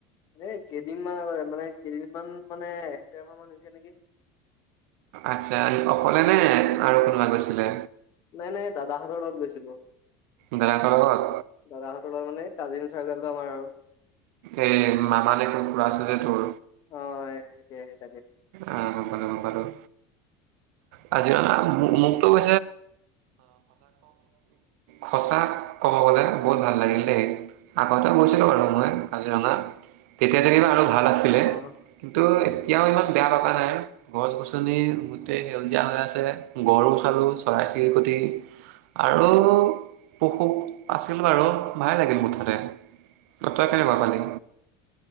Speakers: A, on the left (about 45°); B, on the right (about 80°).
A: এ কেইদিনমান <unintelligible> মানে কেইদিনমান মানে এক ডেৰ মাহ মান হৈছে নেকি।
B: আচ্ছা, অকলে নে আৰু কোনোবা গৈছিলে?
A: নাই নাই, দাদাহঁতৰ লগত গৈছিলো।
B: দাদাহঁতৰ লগত?
A: দাদাহতৰ লগত মানে এই কাজীন চা <unintelligible>
B: এ মামা নে খুৰা আছে যে তোৰ।
A: অ', <unintelligible>
B: আহ, গম পালোঁ, গম পালোঁ। কাজিৰঙা মোকটো <unintelligible> সঁচা ক'ব গলে বহুত ভাল লাগিল দেই। আগতে গৈছিলোঁ বাৰু মই কাজিৰঙা। তেতিয়া <unintelligible> আৰু ভাল আছিলে
A: অ
B: কিন্তু এতিয়াওঁ ইমান বেয়া লগা নাই গছ-গছনি গোটেই। সেউজীয়া হৈ আছে গৰু চালোঁ। চ'ৰাই-চিৰিকটি। আৰু পশু আছিল বাৰু ভালে লাগিল বো ভালে। তই
A: অ
B: কেনেকুৱা পালি।